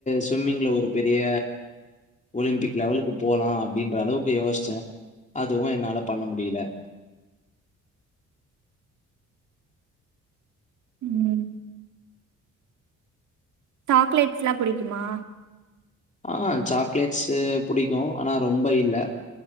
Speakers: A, on the left (about 25°); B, on the right (about 70°).
A: சுவிம்மிங்ல ஒரு பெரிய ஒலிம்பிக் லெவலுக்கு போலாம் அப்படின்ற அளவுக்கு யோசிச்சே அதுவும் என்னால்லா பண்ண முடியல
B: ம் சாக்லேட்ஸ்லா புடிக்குமா
A: ஆ சாக்லேட்ஸு புடிக்கூ ஆனா ரொம்ப இல்ல